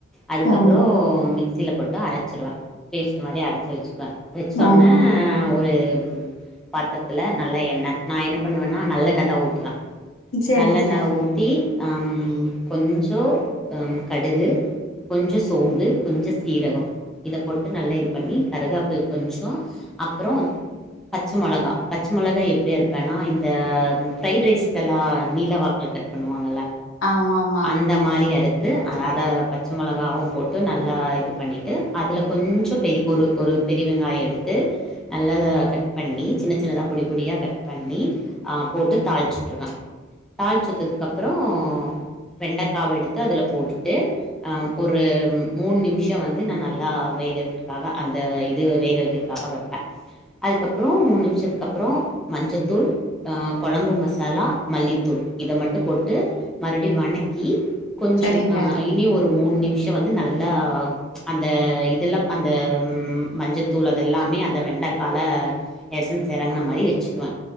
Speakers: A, in the centre; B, on the left (about 75°).
A: அதுக்கப்றோ
B: ஆமா
A: மிக் ஸுல போட்டு அரச்சிருவ பேஸ்ட்டு மாரி அரச்சி வெச்சுக்குவ வெச்சோனே
B: ஆமா
A: அ ஒரு பாத்ரத்துல நல்லா எண்ண நா என்ன பண்ணுவேன்னா நல்லெண்ணதா ஊத்துவ
B: சரிங்க
A: நல்லெண்ண ஊத்தி அம் கொஞ்சோ அ கடுகு கொஞ்ச சோம்பு கொஞ்ச சீரகொ இதப் போட் ட்டு நல்லா இது பண்ணி கருகப்புள் கொஞ்சோ அப்றோ பச்ச மொளகா பச்ச மொளகா எப்டி அறுப்பேன்னா இந்த ஃப்ரைட் ரைஸ்கெல்லா நீள வாக்ல கட் பண்ணுவாங்கல்ல
B: ஆமாமா
A: அந்த மாரி அறுத் ட்டு அட பச்ச மொளகாவு போட்டு நல்லா இது பண்ணிட்டு அதுலக் கொஞ்சோ பெரி ஒரு ஒரு பெரிய வெங்காய எடுத்து நல்லத கட் பண்ணி சின்ன சின்னதா பொடி பொடியா கட் பண்ணி அ போட்டு தாள்ச்சுட்ருவ தாள்ச்சுட்டத்துக்கப்றோ வெண்டக்காவ எடுத்து அதுல போட்டுட்டு அ ஒரு மூண் நிம்ஷோ வந்து நா நல்லா வேகவெக்கிற்காக அந்த இது வேகவெக்கத்காக வெப்ப அதுக்கப்றோ மூண் நிம்ஷத்துக்கப்றோ மஞ்சத்தூள் அ கொழம்பு மசாலா மல்லித்தூள் இத மட்டு போட்டு மறுடியு வணக்கி கொஞ்சோ
B: சரிங்க
A: ஆ இனி ஒரு மூண் நிம்ஷோ வந்து நல்லா அந்த இ தெல்லா அந்த மஞ்சத்தூள் அதெல்லாமே அந்த வெண்டக் கால எசன்ஸ் எறங்கன மாரி வெச்சுக்குவ